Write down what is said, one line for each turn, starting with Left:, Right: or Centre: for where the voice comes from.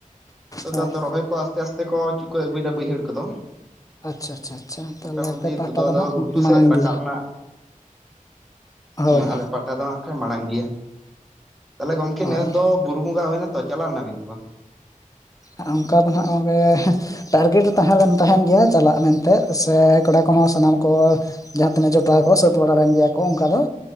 Centre: ᱛᱳᱜ
Left: ᱦᱳᱭ
Centre: ᱫᱚ ᱟᱫᱚ ᱨᱚᱦᱚᱭ ᱠᱚ ᱟᱥᱛᱮ ᱟᱥᱛᱮ ᱠᱚ ᱪᱩᱠᱟᱹᱣ ᱟᱹᱜᱩᱭᱮᱫᱟ ᱵᱟᱹᱭᱦᱟᱹᱲ ᱠᱚᱫᱚ᱾
Left: ᱟᱪᱪᱷᱟ ᱟᱪᱪᱷᱟ ᱟᱪᱪᱷᱟ
Centre: ᱢᱚᱴᱟᱢᱩᱴᱤ
Left: ᱛᱟᱦᱚᱞᱮ ᱟᱯᱮ ᱯᱟᱦᱴᱟ
Centre: ᱛᱳᱜ ᱫᱚ ᱟᱫᱚ
Left: ᱱᱟᱜ
Centre: ᱜᱷᱩᱴᱩ
Left: ᱢᱟᱲᱟᱝ
Centre: ᱥᱮᱫ ᱨᱟᱠᱟᱵ
Left: ᱜᱮᱭᱟ
Centre: ᱨᱮᱱᱟᱜ
Left: ᱦᱳᱭ
Centre: ᱱᱚᱣᱟ ᱟᱞᱮ ᱯᱟᱦᱴᱟ ᱫᱚ ᱦᱟᱸᱜ ᱠᱷᱟᱱ ᱢᱟᱲᱟᱝ ᱜᱮᱭᱟ᱾ ᱛᱟᱦᱞᱮ ᱜᱚᱢᱠᱮ
Left: ᱦᱳᱭ
Centre: ᱱᱮᱥ ᱫᱚ ᱵᱩᱨᱩ ᱵᱚᱸᱜᱟ ᱦᱩᱭᱱᱟ ᱛᱚ ᱪᱟᱞᱟᱣ ᱞᱮᱱᱟ ᱵᱤᱱ ᱥᱮ ᱵᱟᱝ?
Left: ᱦᱟᱸᱜ ᱚᱱᱠᱟ ᱫᱚ ᱱᱟᱦᱟᱜ ᱜᱚᱝᱠᱮ ᱴᱟᱨᱜᱮᱴ ᱛᱟᱦᱮᱸ ᱞᱮᱱ ᱛᱟᱦᱮᱱ ᱜᱮᱭᱟ ᱪᱟᱞᱟᱜ ᱢᱮᱱᱛᱮ ᱥᱮ ᱠᱚᱲᱟ ᱠᱚᱦᱚᱸ ᱥᱟᱱᱟᱢ ᱠᱚ ᱡᱟᱦᱟᱸ ᱛᱤᱱᱟᱹᱜ ᱡᱚᱴᱟᱣ ᱠᱚ ᱥᱟᱹᱛ ᱵᱟᱲᱟ ᱞᱮᱱ ᱜᱮᱭᱟ ᱠᱚ ᱚᱱᱠᱟ ᱫᱚ